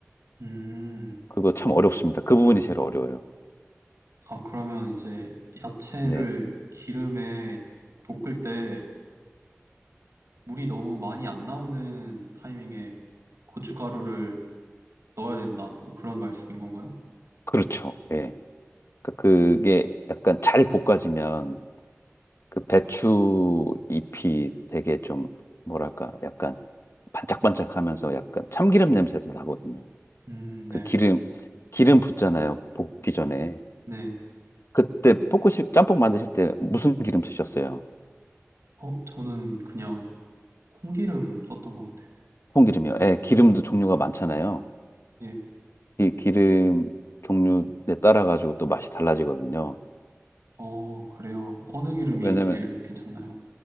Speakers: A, on the right; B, on the left.
A: 음.
B: 그거 참 어렵습니다. 그 부분이 제일 어려워요.
A: 아, 그러면 이제 야채를
B: 네,
A: 기름에 볶을 때 물이 너무 많이 안 나오는 타이밍에 고춧가루를 넣어야 된다. 뭐 그런 말씀인 건가요?
B: 그렇죠. 예. 그러니까 그게 약간 잘 볶아지면 그 배추 잎이 되게 좀 뭐랄까 약간 반짝반짝하면서 약간 참기름 냄새도 나거든요.
A: 음,
B: 그
A: 네.
B: 기름, 기름 붓잖아요. 볶기 전에.
A: 네.
B: 그때 볶으실, 짬뽕 만드실 때 무슨 기름 쓰셨어요?
A: 어, 저는 그냥 콩기름 썼던 것 같아요.
B: 콩기름이요. 예, 기름도 종류가 많잖아요.
A: 예,
B: 이 기름 종류에 따라 가지고 또 맛이 달라지거든요.
A: 어, 그래요. 어느 기름이
B: 왜냐면
A: 제일 괜찮나요?